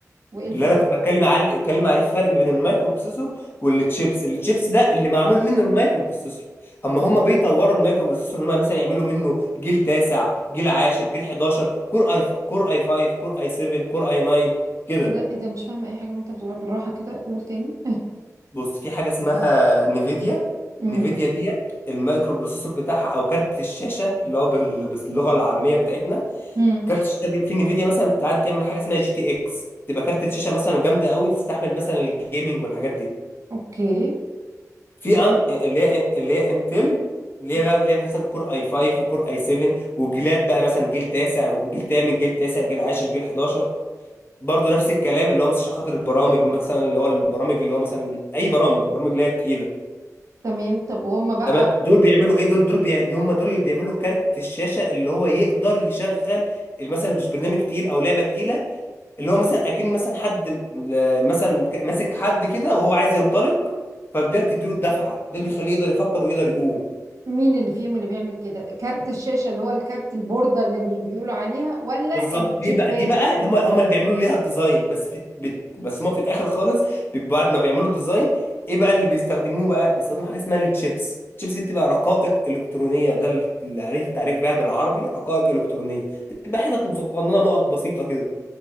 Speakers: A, on the right; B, on the left.
A: وايه الفرق
B: اللي انا كنت بتكلم
A: بقى
B: عليه بتكلم عليه في فرق ما بين المايكرو بروسيسور والتشيبس التشيبس ده اللي معمول منه المايكرو بروسيسور هم هم بيطوروا المايكرو بروسيسور ان هم مثلا يعملوا منه جيل تاسع جيل عاشر جيل 11 كور اي كور اي 5 كور اي 7 كور اي 9 كده
A: ايه ده ايه ده مش فاهمه اي حاجه من اللي انت بتقولها بالراحه كده قول تاني
B: بص في حاجه اسمها نيفيديا
A: امم
B: نيفيديا ديت المايكرو بروسيسور بتاعها او كارت الشاشه اللي هو بال- باللغه العاميه بتاعتنا
A: امم
B: كارت الشاشه دي في نيفيديا مثلا بتاعت بتعمل حاجه اسمها جي تي اكس تبقى كارت الشاشه مثلا جامده قوي تستحمل مثلا الجيمنج والحاجات دي
A: اوكي
B: في
A: طب-
B: أن... اللي هي اللي هي انتل اللي
A: مم.
B: هي بقى- اللي هي مثلا كور اي 5 وكور اي 7 وجيلات بقى مثلا جيل تاسع وجيل تامن جيل تاسع جيل 10 جيل 11 برضه نفس الكلام اللي هو مثلا عشان خاطر البرامج مثلا اللي هو البرامج اللي هو مثلا اي برامج البرامج اللي هي التقيله
A: تمام طب وهم بقى
B: تمام دول بيعملوا ايه دول دول بي... اللي هم دول اللي بيعملوا كارت الشاشه اللي هو يقدر يشغل ال- مثلا مش برنامج تقيل او لعبه تقيله اللي هو مثلا اكن مثلا حد م- مثلا ك- ماسك حد كده وهو عايز ينطلق فده اللي بتديله الدفعه ده اللي بيخليه يقدر يفكر ويقدر يقوم
A: مين اللي فيهم اللي بيعمل كده كارت الشاشه اللي هو الكارت البورده اللي بي- بيقولوا عليها ولا
B: بالظبط
A: الشيبات
B: دي بقى دي بقى اللي هم هم اللي بيعملوا ليها الديزاين بس في بت- بس هم في الاخر خالص بيبقوا بعد ما بيعملوا الديزاين ايه بقى اللي بيستخدموه بقى بيستخدموا حاجه اسمها التشيبس التشيبس دي بتبقى رقائق الكترونيه ده التعريف تعريف بيها بالعربي رقائق الكترونيه بتبقى حتت صغننه نقط بسيطه كده